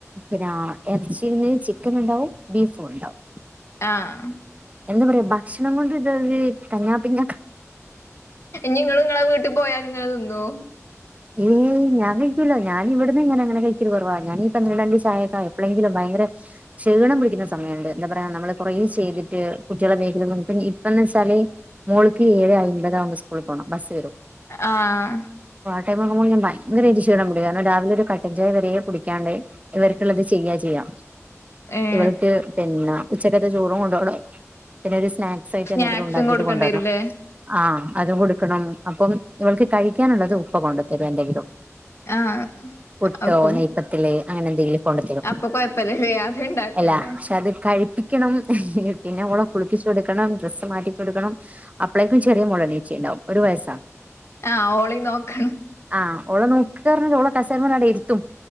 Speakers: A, on the right (about 25°); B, on the left (about 60°).
A: പിന്നെ ഇറച്ചിന്ന് ചിക്കൻ ഉണ്ടാവും ബീഫും ഉണ്ടാവും
B: ആഹ
A: എന്താ പറയാ ഭക്ഷണം കൊണ്ട് ഇണ്ടൊരു തങ്ങാപിഞ്ഞ
B: നിങ്ങ ഇങ്ങളെ വീട്ടിൽ പോയാല ഇങ്ങെനെ നിന്നോ
A: യ് ഞാൻ കഴക്കലോ ഞാന ഇവിടന്ന് ഞാനകാഴ്കൂല ഞാനിവിടെന്ന് കഴിക്കൽ കുറവാ ഞാനീ പന്ത്രണ്ടണ്ട് ദിവസ ആക്കാ എപ്പോഴെങ്കിലും ഭയങ്ക ഭയര ക്ഷീണം പിടിക്കുന്ന സമയമുണ്ട് എന്താ പറയാ നമ്മള് കുറേ ചെയ്തിട്ട് കുട്ടികളെ വേഗ ഇപ്പന്നേ തലേ മോൾക് ഏഴ് അമ്പത അവ സ്കൂള പോകണം ബസ് വരും
B: ആഹ
A: ടൈംകുമ്പോൾ ഞാ ഭങ്കര ഇരിച്ചുവിടാ ചെയ്യാ കാരണം രാവിലെ ഒരു കട്ടൻചായ വരരെെ കുടിക്കാണ്ടേ ഇവർക്കുള്ളത് ചെയ്യാ ചെയ്യാ
B: ഏഹ്
A: ഇവൾക്ക് പിന്നെ ഉച്ചക്കത്തെ ചോറും കൊണ്ടണം പിന്നെ ഒരു സ്നാക്സ് ആയിട്ട്
B: സ്നാക്സും
A: എന്തെങ്കിലും ഉണ്ടാക്കിട്ട്
B: കൊടുക്കേണ്ടി
A: കൊണ്ടുവരണം
B: വരൂല്ലേ
A: ആ അത് കൊടുക്കണം അപ്പം ഇവൾക്ക് കഴിക്കാനുള്ളത് ഉപ്പ കൊണ്ടത്തരുോ എന്തെങ്കിലും
B: ആഹ്
A: പുട്ടോ
B: അപ്പം
A: നെയപ്പത്തില് അങ്ങനെ എന്തെങ്കിലും കൊണ്ട തരും
B: അപ്പൊ കൊഴപ്പല്ലല്ലേ അത് ഇണ്ടാക്കണ്ടേ
A: അല്ല പക്ഷെ അത് കഴിപ്പി ണം പിന്നെ ഓളെ കുളിപ്പിച്ചു കൊടുക്കണം ഡ്രസ്സ് മാറ്റിൊടുക്കണം അപ്പ്ളേക്കും ചെറിയ മുളനീച്ചിണ്ടാവും ഒരു വയസാണ്
B: ആഹ ഓളി നോക്കണം
A: ആഹ് ഓളെ നോക്ക പറഞ്ഞൽ ഓളെ കസേരമാടെ ഇരുത്തും